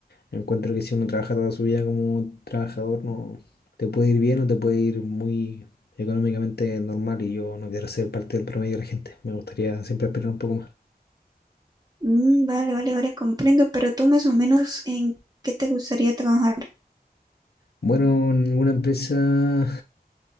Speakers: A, on the left; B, on the right.
A: encuentro que si uno trabaja toda su vida como trabajador, no te puede ir bien o te puede ir muy económicamente normal y yo no quiero ser parte del promedio de la gente. Me gustaría siempre esperar un poco más.
B: Mm, vale, vale, vale, comprendo, pero tú más o menos en qué te gustaría trabajar.
A: Bueno, en alguna empresa